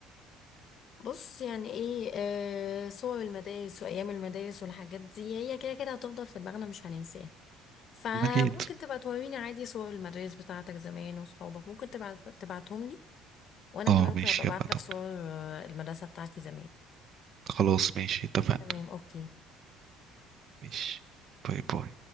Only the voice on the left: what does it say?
بص يعني ايه آه صور المدارس وأيام المدارس والحاجات دي هي كده كده هتفضل في دماغنا مش هننساها فممكن
تبقى توريني عادي صور المدارس بتاعتك زمان وصحابك ممكن تبعت تبعتهم لي وأنا
كمان ممكن
أبقى أبعت
لك
صور آه، المدرسة بتاعتي زمان
تمام أوكي